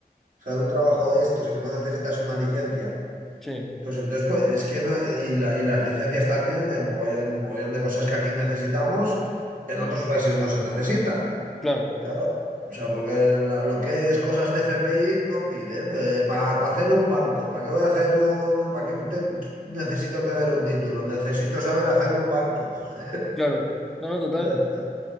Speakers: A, on the right; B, in the centre.
A: o sea, un trabajo de estos que no necesitas una licencia,
B: sí,
A: pues entonces pues, es que no, y, la- y las licencias también, en mogollón, mogollón de cosas que aquí necesitamos, en otros países no se necesitan.
B: claro,
A: Claro, o sea, porque la- lo que es cosas de FPI no piden. para hacer un banco, ¿para qué voy a hacer un... ¿Para qué te- necesito tener un título? Necesito saber hacer un banco. <laughs>
B: claro. No, no, total.
A: Ya está.